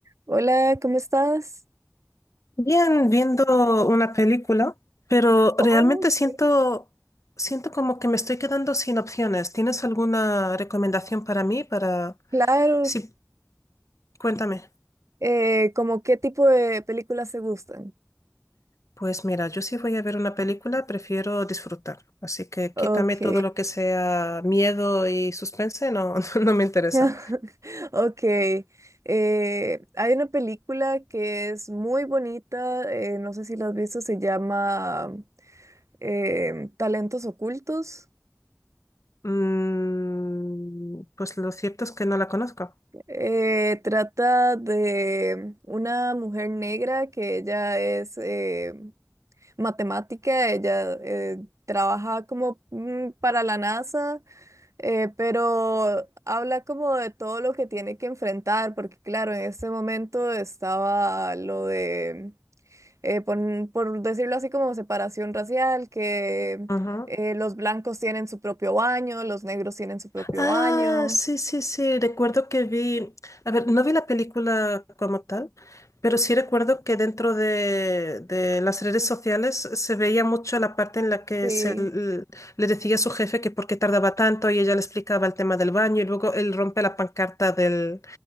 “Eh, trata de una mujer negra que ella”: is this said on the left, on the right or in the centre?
Right